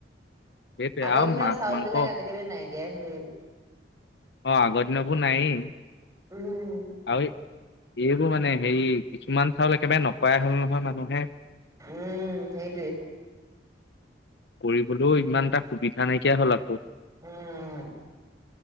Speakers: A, on the left; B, on the right.
A: সেইটোৱে
B: আগৰ
A: আৰু
B: দিনৰ
A: মাছ
B: চাউল
A: মাংস
B: বিলাক আজিকালি নাইকিয়া হৈ আহিলে
A: অ আগৰ দিন বোৰ নাই
B: উম।
A: আৰু এইবোৰ মানে হেৰি কিছুমান চাউল একেবাৰে নকৰাই হ'ল নহয় মানুহে
B: উম সেইটোৱে
A: কৰিবলৈও ইমান এটা সুবিধা নাইকিয়া হ'ল আকৌ
B: উম